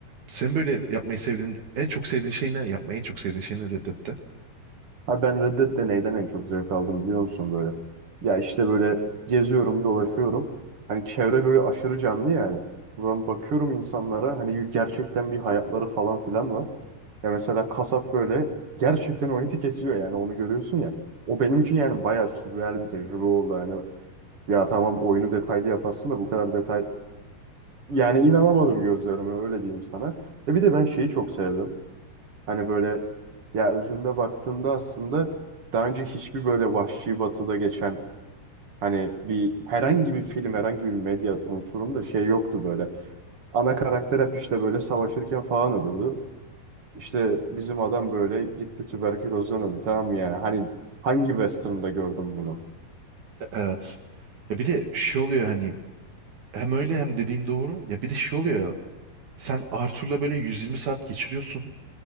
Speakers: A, on the right; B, on the right.
A: Senin böyle yapmayı sevdiğin, en çok sevdiğin şey ne? Yapmayı en çok sevdiğin şey ne Red Dead'te?
B: Abi ben Red Dead de en çok zevk aldım biliyor musun böyle? Ya işte böyle geziyorum, dolaşıyorum. Hani çevre böyle aşırı canlı yani. Buradan bakıyorum insanlara hani gerçekten bir hayatları falan filan var. Ya mesela kasap böyle gerçekten o eti kesiyor yani onu görüyorsun ya. O benim için yani bayağı sürreal bir tecrübe oldu. Yani ya tamam oyunu detaylı yaparsın da bu kadar detay... Yani inanamadım gözlerime öyle diyeyim sana. Ve bir de ben şeyi çok sevdim. Hani böyle ya özünde baktığında aslında daha önce hiçbir böyle Vahşi Batı'da geçen hani bir herhangi bir film herhangi bir medya unsurunda şey yoktu böyle. Ana karakter hep işte böyle savaşırken falan ölüyordu. İşte bizim adam böyle gitti tüberkülozdan öldü tamam mı yani hani hangi western'da gördüm bunu?
A: E, Evet. Ya bir de şey oluyor hani hem öyle hem dediğin doğru. Ya bir de şey oluyor ya. Sen Arthur'la böyle 120 saat geçiriyorsun.